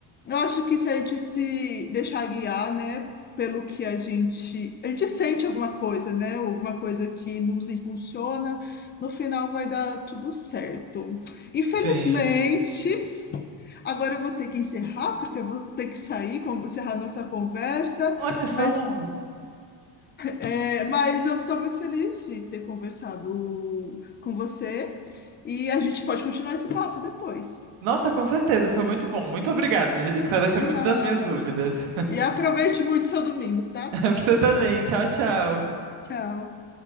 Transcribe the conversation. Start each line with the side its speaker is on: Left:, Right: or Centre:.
Left: eu acho que se a gente se deixar guiar, né, pelo que a gente. A gente sente alguma coisa, né, alguma coisa que nos impulsiona, no final vai dar tudo certo. Infelizmente,
Right: Sim.
Left: agora eu vou ter que encerrar, porque eu vou ter que sair, como encerrar nossa conversa.
Right: Olha só.
Left: Mas é, mas eu estou muito feliz de ter conversado com você e a gente pode continuar esse papo depois.
Right: Nossa, com certeza, foi muito bom. Muito obrigado. Esclareceu
Left: De
Right: muito
Left: nada.
Right: das minhas dúvidas. <laughs>
Left: E aproveite muito seu domingo, tá?
Right: Pra você também. Tchau, tchau.
Left: Tchau.